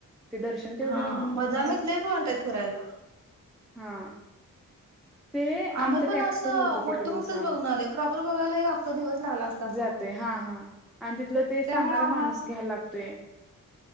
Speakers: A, in the centre; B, on the right (about 55°).
A: ते दर्शन तेवढं
B: हा,
A: घेऊन मग
B: बदामीत लई पॉइंट आहेत फिरायला.
A: हां. ते
B: आम्ही
A: आमचं
B: पण
A: टॅक्टर
B: असं
A: होत
B: मोठं
A: तिकड उसाला.
B: मोठंच बघून आलोय प्रॉपर बघायला एक अख्खा दिवस लागला असता सगळं.
A: जातोय, हा हा. आणि तिथलं ते सांगणारा
B: त्यामुळे आम्हाला
A: माणूस घ्याला लागतोय.